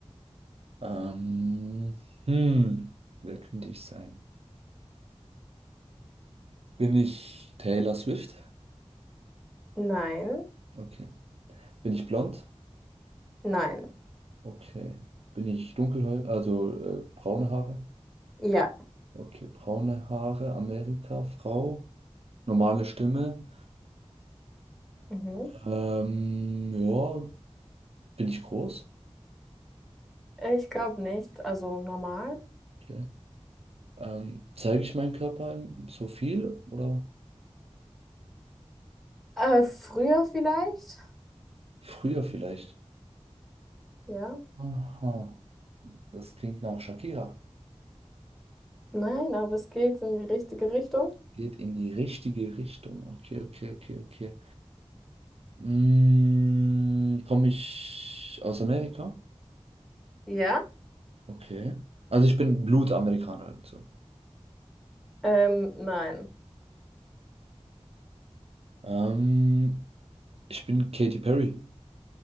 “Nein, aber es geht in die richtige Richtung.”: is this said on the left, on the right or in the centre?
Centre